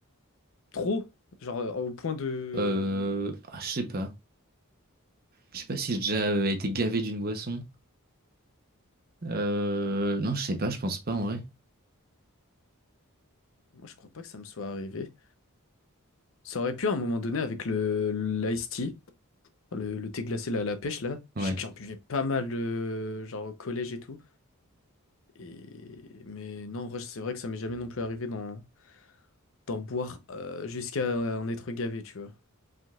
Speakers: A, on the left (about 60°); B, on the right (about 45°).
A: trop, genre euh, au point de...
B: Euh, ah, je sais pas. Je sais pas si j'ai déjà euh, été gavé d'une boisson. Euh, non, je sais pas, je pense pas en vrai.
A: Moi je crois pas que ça me soit arrivé. Ça aurait pu à un moment donné avec le l'ice tea, le, le thé glacé là, à la pêche là. Je
B: Ouais.
A: sais que j'en buvais pas mal euh, genre au collège et tout. Et mais non en vrai c'est vrai que ça m'est jamais non plus arrivé d'en d'en boire euh, jusqu'à en être gavé tu vois.